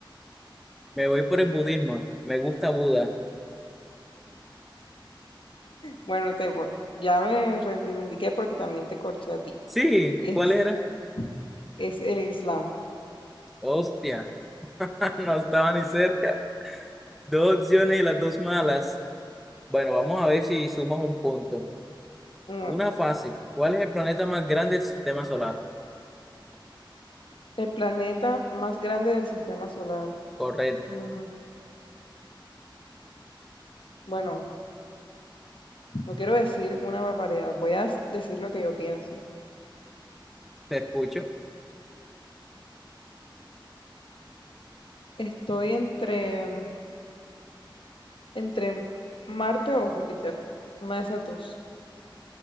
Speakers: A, in the centre; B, on the left.
A: Me voy por el budismo. Me gusta Buda.
B: Bueno, te, por- ya me reivindiqué porque también te corché a ti.
A: Sí,
B: Es,
A: ¿cuál era?
B: es el islam.
A: Hostia, <laughs> no estaba ni cerca. Dos opciones y las dos malas. Bueno, vamos a ver si sumas un punto.
B: Bueno,
A: Una fácil. ¿Cuál es el planeta más grande del sistema solar?
B: el planeta más grande del sistema solar.
A: Correcto,
B: Mm, bueno, no quiero decir una barbaridad, voy a s- decir lo que yo pienso.
A: <laughs> te escucho.
B: Estoy entre, entre Marte o Júpiter, una de esas dos.